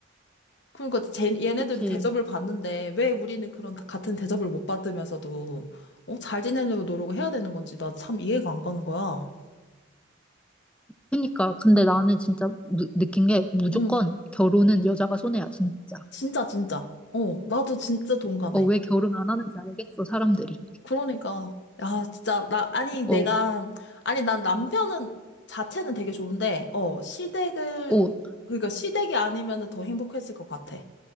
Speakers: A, on the left; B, in the centre.
A: 그러니까, 쟤, 얘네들도
B: 그치.
A: 대접을 받는데, 왜 우리는 그런, 같은 대접을 못 받으면서도, 어, 잘 지내려고 노력을 해야 되는 건지, 나 참 이해가 안 가는 거야.
B: 그니까. 근데 나는 진짜 느, 느낀 게 무조건
A: 응,
B: 결혼은 여자가 손해야, 진짜.
A: 진짜, 진짜. 어, 나도 진짜 동감해.
B: 어, 왜 결혼 안 하는지 알겠어, 사람들이.
A: 그러니까 야 진짜 나 아니 내가
B: 어,
A: 아니 난 남편은 자체는 되게 좋은데 어 시댁을
B: 어,
A: 그러니까 시댁이 아니면은 더 행복했을 것 같아.